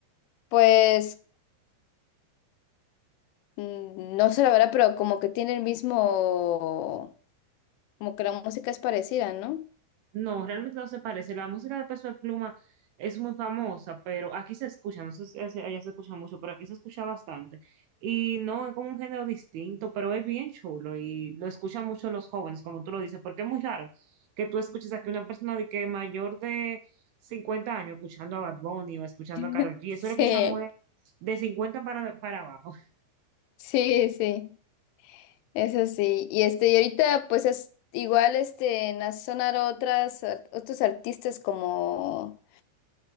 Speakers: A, on the left (about 85°); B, on the right (about 75°).
A: Pues, mm, no sé la verdad, pero como que tiene el mismo, como que la música es parecida, ¿no?
B: No, realmente no se parece. La música de Peso de Pluma es muy famosa, pero aquí se escucha, no sé si hacia allá se escucha mucho, pero aquí se escucha bastante. Y no, es como un género distinto, pero es bien chulo y lo escuchan mucho los jóvenes, como tú lo dices, porque es muy raro que tú escuches aquí una persona de que mayor de 50 años escuchando a Bad Bunny o escuchando a Karol
A: <laughs>
B: G. Eso lo escuchamos
A: Sí,
B: de de 50 para, para abajo.
A: sí, sí. Eso sí, y este, y ahorita pues es igual este en sonar otras ar- otros artistas como